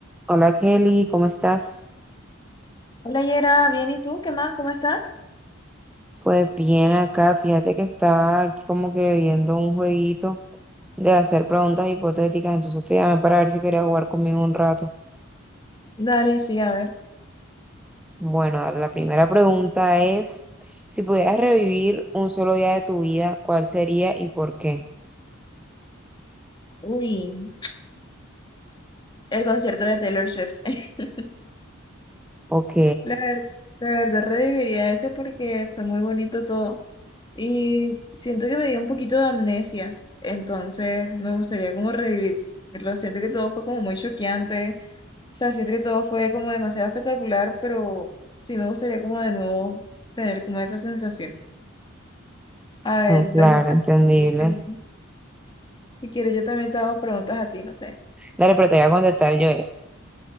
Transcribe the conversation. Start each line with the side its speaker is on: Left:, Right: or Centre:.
Centre: Hola Kelly, ¿cómo estás?
Left: Hola Yera, bien, ¿y tú? ¿Qué más? ¿Cómo estás?
Centre: Pues bien acá, fíjate que estaba aquí como que viendo un jueguito de hacer preguntas hipotéticas, entonces te llamé para ver si querías jugar conmigo un rato.
Left: Dale, sí, a ver.
Centre: Bueno, a ver, la primera pregunta es, si pudieras revivir un solo día de tu vida, ¿cuál sería y por qué?
Left: Uy, el concierto de Taylor Swift. <laughs>
Centre: Ok,
Left: La ver- la verdad, reviviría ese porque fue muy bonito todo. Y siento que me dio un poquito de amnesia, entonces me gustaría como revivirlo. Siento que todo fue como muy choqueante, o sea, siento que todo fue como demasiado espectacular, pero sí me gustaría como de nuevo tener como esa sensación. A ver,
Centre: mm,
Left: entonces
Centre: claro,
Left: yo,
Centre: entendible.
Left: yo también- si quieres yo también te hago preguntas a ti, no sé.
Centre: Dale, pero te voy a contestar yo esta.